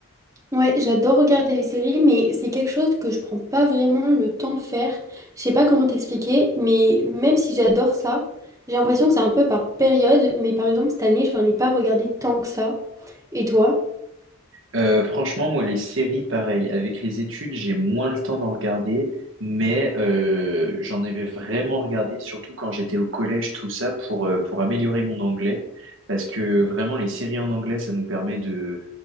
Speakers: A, on the right; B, on the right.
A: Ouais, j'adore regarder les séries, mais c'est quelque chose que je prends pas vraiment le temps de faire. Je sais pas comment t'expliquer, mais même si j'adore ça, j'ai l'impression que c'est un peu par période. Mais par exemple, cette année, je n'en ai pas regardé tant que ça. Et toi?
B: Euh, franchement, moi, les séries, pareil, avec les études, j'ai moins le temps d'en regarder, mais euh, j'en avais vraiment regardé, surtout quand j'étais au collège, tout ça, pour, euh, pour améliorer mon anglais, parce que vraiment, les séries en anglais, ça nous permet de